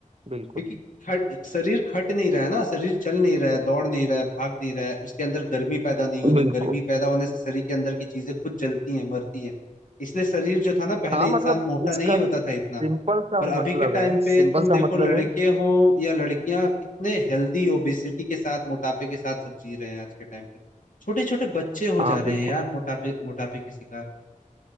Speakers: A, on the right (about 45°); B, on the left (about 70°).
A: बिल्कुल
B: क्योंकि खट शरीर खट नहीं रहा है ना शरीर चल नहीं रहा है दौड़ नहीं रहा है भाग नहीं रहा है उसके अंदर गर्मी पैदा नहीं हो रही
A: बिल्कुल
B: गर्मी पैदा होने से शरीर के अंदर की चीजें खुद जलती हैं मरती हैं इसलिए शरीर जो था ना पहले
A: हाँ
B: इंसान
A: मतलब
B: मोटा
A: इसका
B: नहीं होता था इतना
A: सिंपल सा
B: पर अभी
A: मतलब
B: के टाइम
A: है
B: पे
A: सिंपल
B: तुम
A: सा
B: देखो
A: मतलब
B: लड़के
A: है
B: हो या लड़कियां कितने हेल्दी ओबेसिटी के साथ मोटापे के साथ सब जी रहे हैं आज के टाइम पे छोटे छोटे बच्चे हो
A: हाँ
B: जा रहे
A: बिल्कुल
B: हैं यार मोटापे मोटापे के शिकार